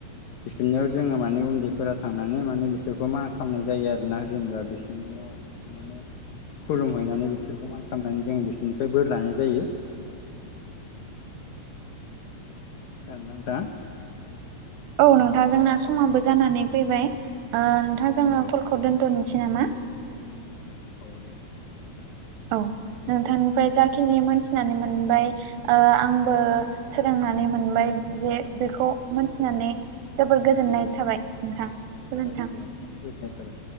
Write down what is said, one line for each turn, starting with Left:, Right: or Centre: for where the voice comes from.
Left: बिसोरनियाव जोङो माने उन्दैफोरा थांनानै माने बिसोरखौ मा खालामनाय जायो आरो ना जेनेबा बिसोरनि। याव थांनानै। खुलुम हैैनानै बिसोरखौ मान खालामनानै जों बिसोरनिफ्राय बोर लानाय जायो। <inaudible> खोनादोंना नोंथांङा।
Right: औ नोंथां जोंना समाबो जानानै फैबाय ओ नोंथां जोङो
Left: औ
Right: कलखौ दोन्थ'नोसै। नामा।
Left: औ दे दा
Right: औ नोंथांनिफ्राय जाखिनि मोनथिनानै मोनबाय आंबो सोलोंनानै मोन मोनबाय जे बेखौ मोनथिनानै जोबोर गोजोननाय थाबाय नोंथां। गोजोन्थों।
Left: औ दे नोंथां गोजोन्नाय थाबाय।